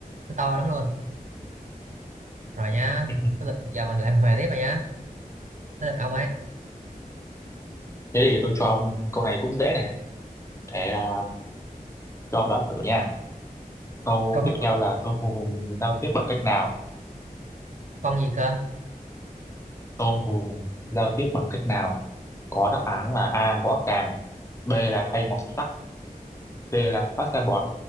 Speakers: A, on the right; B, on the left.
A: nó to lắm luôn rồi nhá
B: <clears throat>
A: tới lượt giờ mình lại hòa tiếp rồi nhá tới lượt ông ấy
B: Thế thì tôi cho ông câu này cũng dễ nè. Để à, cho ông đoán thử nha. Câu
A: câu hỏi
B: tiếp theo là tôm hùm giao tiếp bằng cách nào?
A: con gì cơ
B: Tôm hùm giao tiếp bằng cách nào? Có đáp án là A. Gõ càng. B là thay mọt sắt. C là phát ra bọt.